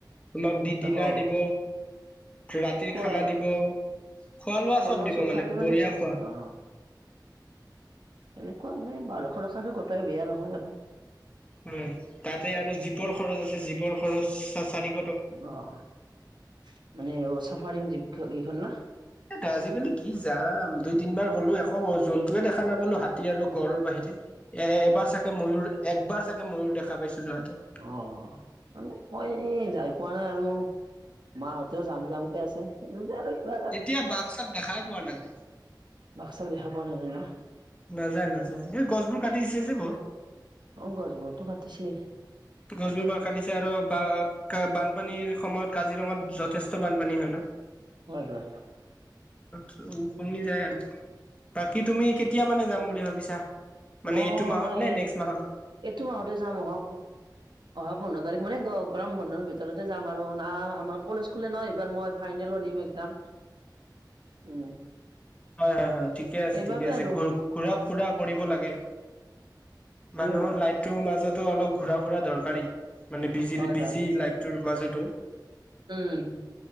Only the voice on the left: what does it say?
তোমাক দি ডিনাৰ
দিব, ৰাতিৰ
খানা দিব খোৱা-লোৱা
চব
দিব মানে
বঢ়িয়া খোৱা
উম তাতে আৰু জীপৰ খৰচ আছে জীপৰ খৰচ চাৰি
হেতু আজিকালি কি যাম দুই, তিনবাৰ গলো একো জন্তুৱে দেখা নাপালো হাত তী আৰু গড়ৰ বাহিৰে এ এবাৰ চাগে ময়ুৰ একবাৰ চাগে ময়ুৰ দেখা পাইছো যাওঁতে
এতিয়া বাঘ-চাক দেখাই পোৱা নাযায়
নাযায় নাযায় এই গছবোৰ কাটি দিছে যে বহুত
গছবোৰ বাও কাটিছে আৰু বা বানপানীৰ সময়ত কাজিৰঙাত যথেষ্ট বানপানী হয় ন
তাত টো উপঙি যায় আৰু বাকী তুমি কেতিয়া মানে যাম বুলি ভাবিছা? মানে
এইটো মাহত নে নেক্সট মাহত
<inaudible>
হয় হয় হয় ঠিকে আছে
ঠিকে আছে
ঘ ঘুৰা ফুৰা কৰিব লাগে
মানুহৰ লাইফটোৰ মাজতো অলপ ঘূৰা ফুৰা দৰকাৰী মানে বিজি
বিজি
লাইফটোৰ মাজতো